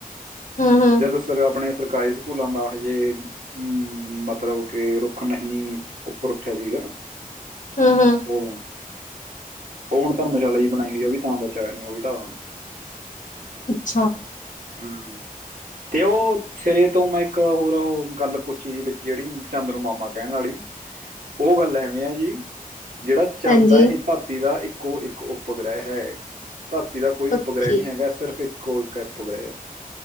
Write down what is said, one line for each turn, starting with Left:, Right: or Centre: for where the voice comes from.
Left: ਹੂੰ ਹੂੰ।
Right: ਜਦੋਂ ਸਰ ਆਪਣੇ ਸਰਕਾਰੀ ਸਕੂਲਾਂ ਦਾ ਹਜੇ ਹਮ ਮਤਲਬ ਕੇ ਰੁੱਖ ਨਹੀਂ ਉੱਪਰ ਠਾ ਸੀਗਾ।
Left: ਹੁੰ ਹੁੰ।
Right: ਉਦੋਂ ਉਹ ਹੁਣ ਧਰਮਸ਼ਾਲਾ ਜ ਬਣਾਈ ਹੋਈ ਉਹ ਵੀ ਤਾਂ ਬਚਿਆ ਹੋਇਆ। ਨੇ ਉਹ ਵੀ ਢਾ ਦਾਂਗੇ
Left: ਅੱਛਾ।
Right: ਹੁੰ। ਤੇ ਉਹ ਸ ਤੋਂ ਮੈਂ ਇੱਕ ਹੋਰ ਗੱਲ ਪੁੱਛੀ ਸੀ ਵਿੱਚ ਜਿਹੜੀ ਚੰਦ ਨੂੰ ਮਾਮਾ ਕਹਿਣ ਵਾਲੀ ਉਹ ਗੱਲ ਐਵੇਂ ਆ ਜੀ। ਜਿਹੜਾ ਚੰਦ
Left: ਹਾਂਜੀ
Right: ਹੈ ਇਹ ਧਰਤੀ ਦਾ ਇੱਕ ਕੋ ਇੱਕ ਉਪਗ੍ਰਹਿ ਹੈ। ਧਰਤੀ ਦਾ ਕੋਈ
Left: ਪੱਕੀ
Right: ਉਪਗ੍ਰਹਿ ਨਹੀ ਹੈਗਾ ਸਿਰਫ ਇੱਕ ਕੋਈ ਕ ਪੁਗ ਰ